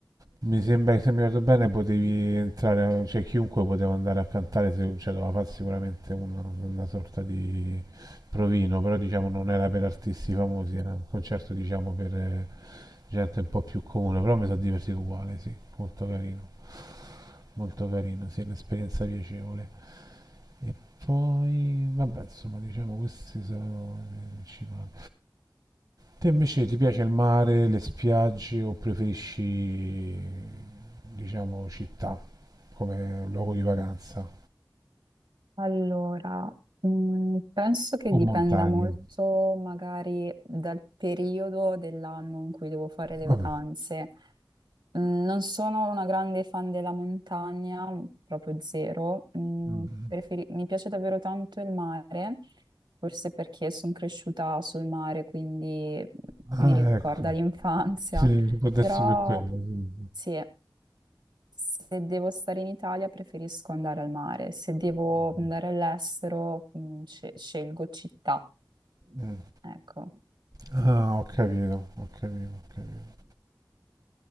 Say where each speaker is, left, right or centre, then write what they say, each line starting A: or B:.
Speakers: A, on the right (about 50°); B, on the right (about 75°).
A: mi sembra che se mi ricordo bene potevi entrare, cioè chiunque poteva andare a cantare, se, cioè doveva fare sicuramente una, una sorta di provino, però diciamo non era per artisti famosi, era un concerto diciamo per eh, gente un po' più comune, però mi sono divertito uguale, sì, molto carino, molto carino, sì, un'esperienza piacevole. E poi, vabbè, insomma, diciamo questi sono i principali. Te invece ti piace il mare, le spiagge o preferisci, diciamo, città come luogo di vacanza
B: Allora, mm, penso che
A: o
B: dipenda
A: montagna?
B: molto magari dal periodo dell'anno in cui devo fare le
A: Vabbè.
B: vacanze. Mm, non sono una grande fan della montagna, mm, proprio zero. Mm,
A: Mm.
B: preferi- mi piace davvero tanto il mare, forse perché sono cresciuta sul mare, quindi mm,
A: Ah,
B: mi ricorda
A: ecco.
B: l'infanzia.
A: Sì, può darsi
B: Però
A: per quello, sì.
B: sì. Se devo stare in Italia preferisco andare al mare, se devo
A: sì.
B: andare all'estero mh, sce- scelgo città,
A: Mm.
B: ecco.
A: Ah, ho capito, ho capito, ho capito.